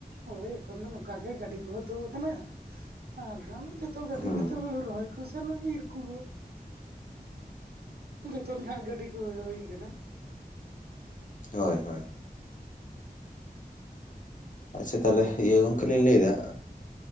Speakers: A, on the right; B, on the left.
A: ᱦᱳᱭ ᱮᱠᱷᱚᱱ ᱫᱚ ᱱᱚᱝᱠᱟ ᱜᱮ ᱜᱟᱹᱰᱤ ᱠᱚ ᱛᱩ ᱟᱠᱟᱱᱟ ᱟᱨ ᱦᱟᱸ ᱠᱷᱟᱱ ᱡᱚᱛᱚ ᱜᱟᱹᱰᱤ
B: ᱦᱩᱸ
A: ᱜᱮᱛᱮ ᱦᱩᱲᱩ ᱨᱚᱦᱚᱭ ᱠᱚ ᱥᱟ ᱢᱩᱫᱤ <unintelligible> ᱤᱨ ᱠᱚᱦᱚᱸ ᱡᱷᱚᱛᱚ ᱱᱟᱦᱟᱜ ᱜᱟᱹᱰᱤ ᱠᱚ ᱜᱮ ᱦᱩᱭ ᱟᱠᱟᱱᱟ ᱾
B: ᱦᱳᱭ ᱦᱳᱭ ᱟᱪᱪᱷᱟ ᱛᱟᱦᱚᱞᱮ
A: ᱦᱳᱭ ᱮᱠᱷᱚᱱ
B: ᱤᱭᱟᱹ ᱜᱚᱢᱠᱮ
A: ᱫᱚ ᱱᱚᱝᱠᱟ
B: ᱞᱤᱧ ᱞᱟᱹᱭᱫᱟ
A: ᱜᱮ